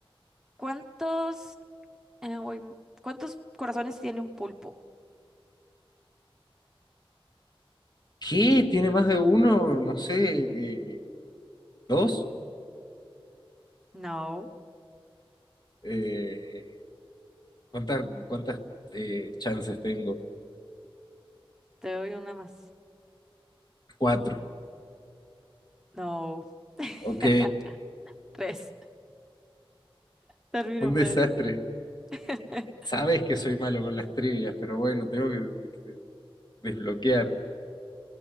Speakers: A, in the centre; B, on the left.
A: ¿cuántos, eh, uy, m- cuántos corazones tiene un pulpo?
B: ¿Qué? ¿Tiene más de uno? No sé, eh, ¿dos?
A: No,
B: Eh, ¿cuántas, cuántas eh, chances tengo?
A: te doy una más.
B: Cuatro.
A: No, <laughs>
B: Ok,
A: tres. Término
B: un desastre.
A: medio era. <laughs>
B: Sabes que soy malo con las trivias, pero bueno, tengo que que desbloquear.